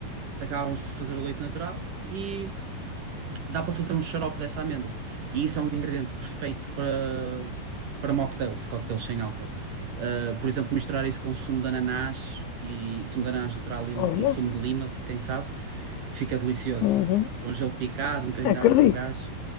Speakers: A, on the right; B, on the left.
A: acabamos por fazer o leite natural e dá para fazer um xarope dessa amêndoa. E isso é um ingrediente perfeito para, para mocktails, cocktails sem álcool. Uh, por exemplo, misturar isso com sumo de ananás e sumo de ananás natural e,
B: olha,
A: e sumo de lima, se- quem sabe, fica delicioso.
B: uhum,
A: Com gelo picado, um bocadinho
B: acredito.
A: de água com gás.